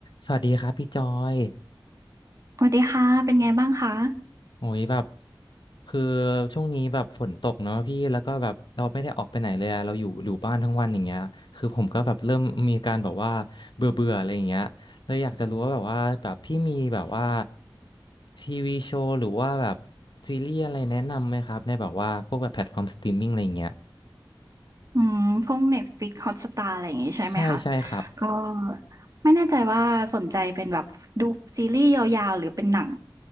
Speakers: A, on the left; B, on the right.
A: สวัสดีครับพี่จอย
B: สวัสดีค่ะ เป็นไงบ้างคะ
A: โอ้ยแบบคือช่วงนี้แบบฝนตกเนาะพี่แล้วก็แบบเราไม่ได้ออกไปไหนเลยอะเราอยู่อยู่บ้านทั้งวันอย่างเงี้ยคือผมก็แบบเริ่มมีอการแบบว่าเบื่อเบื่ออะไรอย่างเงี้ยเลยอยากจะรู้ว่าแบบว่าแบบพี่มีแบบว่าทีวีโชว์หรือว่าแบบซีรีส์อะไรแนะนำไหมครับในแบบว่าพวกแบบแพลตฟอร์มสตรีมมิ่งอะไรอย่างเงี้ย
B: อืมพวก Netflix Hotstar อะไรอย่างงี้ใช่ไหมคะ
A: ใช่ใช่ครับ
B: ก็ไม่แน่ใจว่าสนใจเป็นแบบดูซีรีส์ยาวๆหรือเป็นหนัง